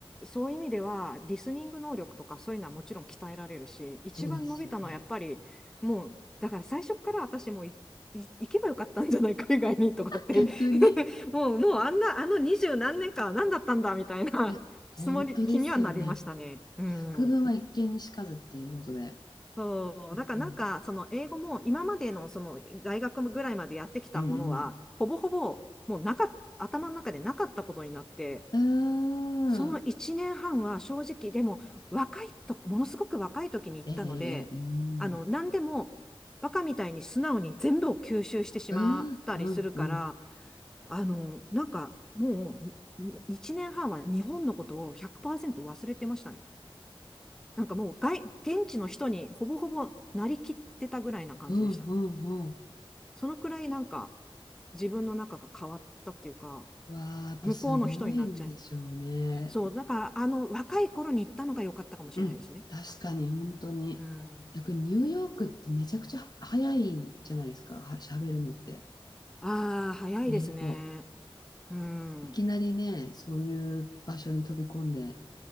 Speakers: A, in the centre; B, on the left.
A: そういう意味では、リスニング能力とかそういうのはもちろん鍛えられるし、一番伸びたのはやっぱり、
B: そうですよね。
A: もう、だから最初から私もうい、い行けばよかったんじゃない、海外にとかって
B: 逆に。
A: <laughs> もう、もうあんな、あの二十何年間は何だったんだみたいなつもり、
B: いや、本当ですよね。
A: 気にはなりましたね。うん。
B: 百聞は一見にしかずっていうことで。
A: そう、
B: うん。
A: だからなんか、その英語も今までのその大学ぐらいまでやってきたものは、
B: うん
A: ほぼほぼもうなかっ頭の中でなかったことになって、
B: うん。
A: その1年半はんは正直、
B: うーん。
A: でも若いと、ものすごく若い時に行ったので、
B: ええうん。
A: あの、何でもバカみたいに素直に全部を吸収してしまったりするから、
B: うんうんうん。
A: あの、なんかもうに1年半はんは日本のことを100%忘れてましたね。なんかもう外、現地の人にほぼほぼなりきってたぐらいな感じでした。
B: うんうんうん。
A: そのくらいなんか自分の中が変わったっていうか、
B: わあ、やっぱすごいんでしょうね。
A: 向こうの人になっちゃっそう、だからあの若い頃に行ったのが良かったかもしれないですね。
B: うん、確かに本当に。
A: うん。
B: 逆にニューヨークってめちゃくちゃ早いじゃないですか、は、喋るのって。
A: ああ、早いですね。
B: 英語。
A: うん。
B: いきなりね、そういう場所に飛び込んで、